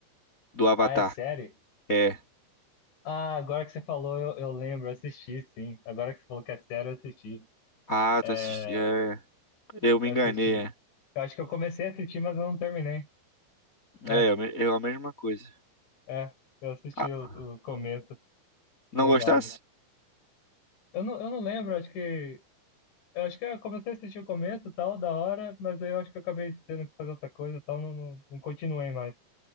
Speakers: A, on the left; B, on the left.
A: do Avatar.
B: Ah, é série?
A: É.
B: Ah, agora que você falou, eu, eu lembro, eu assisti, sim. Agora que você falou que é série, eu assisti.
A: Ah,
B: É,
A: tu assisti. É, eu me
B: eu
A: enganei.
B: assisti.
A: É,
B: Eu acho que eu comecei a assistir, mas eu não terminei. É,
A: é eu, me- eu a mesma coisa.
B: é. Eu assisti
A: Ah,
B: o, o começo,
A: não
B: verdade.
A: gostasse?
B: Eu não, eu não lembro, acho que. Eu acho que eu comecei a assistir o começo, tal, da hora, mas aí eu acho que eu acabei tendo que fazer outra coisa, tal, não, não, não continuei mais.